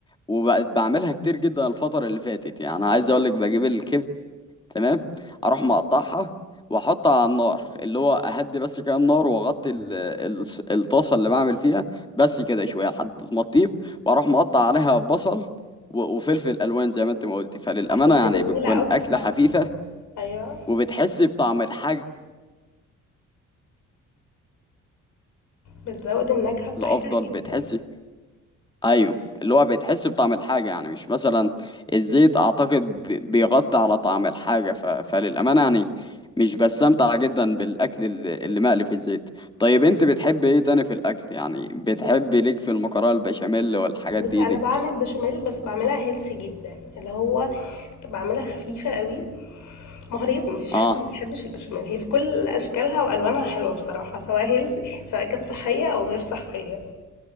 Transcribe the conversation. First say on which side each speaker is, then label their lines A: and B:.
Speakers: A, on the left; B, on the left.
A: وبقت بعملها كتير جدا الفتره اللي فاتت يعني انا عايز اقول لك بجيب الكبده تمام اروح مقطعها واحطها على النار اللي هو اهدي بس كده النار واغطي ال- ال- الطاسه اللي بعمل فيها بس كده شويه لحد ما تطيب واروح مقطع عليها بصل و- وفلفل الوان زي ما انت ما قلتي فللامانه
B: هتبقى
A: يعني
B: جميلة
A: بتكون
B: قوي
A: اكله
B: فعلا
A: خفيفه
B: ايوه
A: وبتحس بطعم الحاجة
B: بتزود النكهة بتاعتها
A: الأفضل
B: جدا
A: بتحس أيوه اللي هو بتحس بطعم الحاجة يعني مش مثلا الزيت أعتقد بي- بيغطي على طعم الحاجة ف... فللأمانة يعني مش بستمتع جدا بالأكل اللي اللي مقلي في الزيت طيب أنت بتحب إيه تاني في الأكل يعني بتحب ليك في المكرونة البشاميل والحاجات
B: بصي
A: دي دي
B: انا بعمل بشاميل بس بعملها هيلسي جدا اللي هو بعملها خفيفه قوي ما هو لازم مفيش حد
A: آه
B: ما بيحبش البشاميل هي في كل اشكالها والوانها حلوه بصراحه سواء هيلسي سواء كانت صحيه او غير صحيه